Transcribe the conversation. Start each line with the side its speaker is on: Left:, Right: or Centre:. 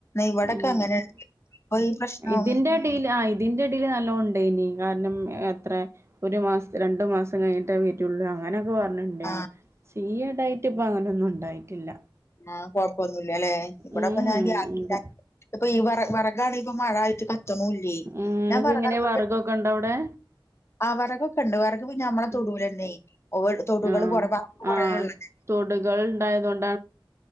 Left: ഇവിടൊക്കെ
Right: ഉ
Left: അങ്ങനെ ഇപ്പൊ ഈ പ്രശ്നം
Right: ഇതിന്റെ ഇടൽ ആ ഇതിന്റെ ഇടൽ നല്ലണ്ട് ഇനി കാരണം എത്ര ഒരു മാസ രണ്ടു മാസം കഴിഞ്ഞിട്ട വീട്ടിലുള്ള അങ്ങനെ പറഞ്ഞുണ്ടേന്
Left: ആഹ്
Right: സിിയ ഡായിട്ട ഇപ്പ അങ്ങനെയൊന്നും ഉണ്ടായിട്ടില്ല
Left: ആഹ കൊഴപ്പൊന്നുമല്ല അല്ലേ ഇവിടൊക്കെ
Right: ഉം ഉം
Left: ഞാൻ
Right: ഇല്ല
Left: ഇപ്പൊ ഈ വ വറകണെ ഇപ്പൊ മഴായിട്ട് ണല്ലേ
Right: ഉം ഇങ്ങക്ക്
Left: ഞാ വക്കര
Right: എങ്ങനെ വിറകൊക്കെ ഉണ്ടോ അവിടെ
Left: ആ അവർക്കൊക്കെ ഉണ്ട് വർക്ക് പിന്നെ നമ്മളെ
Right: ഉം
Left: തൊടുവലന്നെ തൊടുകള്
Right: ആഹ്
Left: കൊ പറ് കുറേ
Right: ആഹ്
Left: ഉള്ള
Right: തൊടുകൾ ഉണ്ടായതുകൊണ്ട